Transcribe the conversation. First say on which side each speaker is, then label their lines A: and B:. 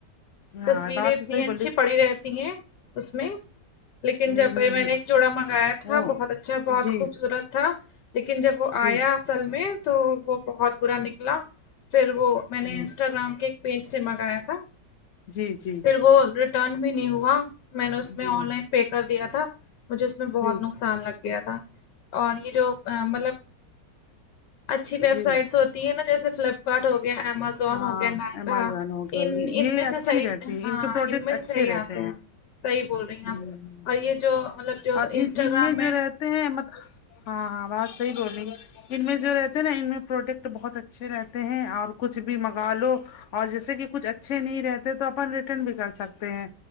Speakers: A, on the left; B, on the left.
A: ہاں
B: تصویریں
A: بات
B: اتنی
A: تو صحیح
B: اچھی
A: بولی
B: پڑی رہتی ہیں اس میں لیکن
A: ہوں
B: جب
A: ہوں
B: میں نے
A: ہ
B: ایک جوڑا منگایا تھا
A: وہ
B: بہت اچھا بہت
A: جی
B: خوبصورت تھا لیکن جب وہ
A: جی
B: آیا اصل میں تو وہ بہت برا نکلا پھر وہ میں نے
A: جی
B: انسٹاگرام کے ایک پیج سے منگایا تھا
A: جی جی
B: پھر وہ ریٹرن بھی نہیں ہوا میں نے
A: جی
B: اس میں آن لائن پے کر دیا تھا مجھے اس میں بہت
A: جی
B: نقصان لگ گیا تھا اور یہ جو مطلب اچھی ویب
A: جی
B: سائٹس ہوتی ہیں نا جیسے فلپکارٹ ہو گیا امازون
A: ہاں
B: سون ہو گیا نائکا
A: ایمیزون ہو گیا
B: ان
A: یہ
B: ان میں
A: اچھی
B: سے صحیح
A: رہتی ہے
B: ہاں
A: کے پروڈکٹ
B: ان میں سے
A: اچھے
B: صحیح
A: رہتے
B: آتے ہیں صحیح بول رہی ہیں ہم
A: ہ ہ
B: اور یہ جو مطلب جو
A: اور ان
B: انسٹاگرام میں
A: جو رہتے ہیں ہاں ہاں بات صحیح بولیں گی ان میں جو رہتے ہیں نا ان میں پروڈکٹ بہت اچھے رہتے ہیں اور کچھ بھی منگا لو اور جیسے کہ کچھ اچھے نہیں رہتے تو اپن ریٹرن بھی کر سکتے ہیں